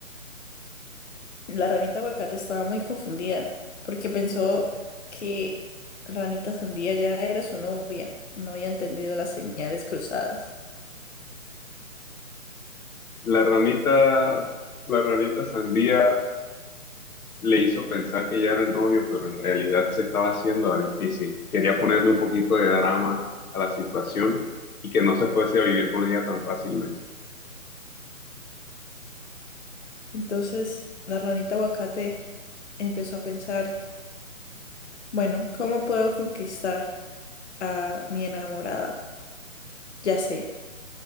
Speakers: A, on the left (about 55°); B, on the left (about 80°).
A: La ranita aguacate estaba muy confundida porque pensó que ranita sandía ya era su novia. No había entendido las señales cruzadas.
B: La ranita, la ranita sandía le hizo pensar que ya era el novio, pero en realidad se estaba haciendo la difícil. Quería ponerle un poquito de drama a la situación y que no se fuese a vivir con ella tan fácilmente.
A: Entonces, la ranita aguacate empezó a pensar, bueno, ¿cómo puedo conquistar a mi enamorada? Ya sé,